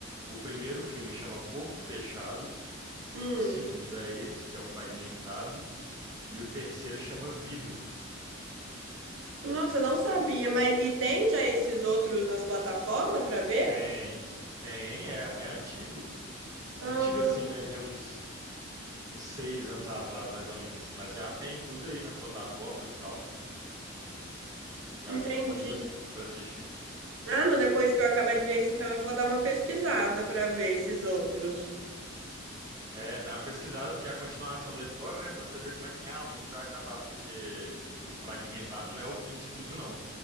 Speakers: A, on the right; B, on the right.
A: O primeiro filme chama Corpo Fechado.
B: Hum.
A: O segundo é esse, que é o fragmentado. E o terceiro chama vidro.
B: Nossa, eu não sabia. Mas e tem já esses outros nas plataformas pra ver?
A: Tem, tem, é, é antigo.
B: Ah,
A: Antigo assim, né? De uns, uns seis anos atrás, mais ou menos. Mas já tem tudo aí nas plataformas e tal. Já
B: entendi.
A: tem disponível sim pra assistir.
B: Ah, não, depois que eu acabar de ver esse, então eu vou dar uma pesquisada pra ver esses outros.
A: É, dá uma pesquisada, porque é a continuação da história, né? Pra você ver como é que realmente vai acabar. Porque o fragmentado não é o fim de tudo, não.